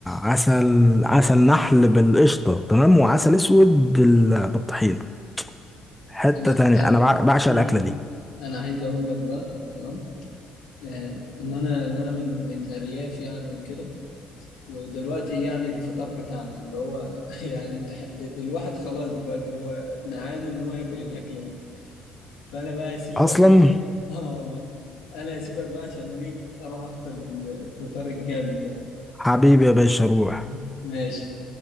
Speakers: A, in the centre; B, on the left (about 80°).
A: عسل عسل نحل بالقشطة تمام وعسل اسود بال- بالطحينة حتة
B: انا
A: تانية
B: ع...
A: انا بع- بعشق
B: مم.
A: الاكلة دي
B: انا عايز اقول لك بقى تمام آه ان انا ان انا من من ارياف يعني وكده ودلوقتي يعني الفطار بتاعنا اللي هو <laughs> يعني ال- الواحد خلاص دلوقتي هو ميعاده ان هو ياكل الاكله دي فانا بقى اسيبك
A: اصلا
B: ماشي <laughs> اه والله انا هسيبك بقى عشان انا ايه اروح افطر ال- الفطار الجامد ده
A: حبيبي يا باشا روح
B: <laughs> ماشي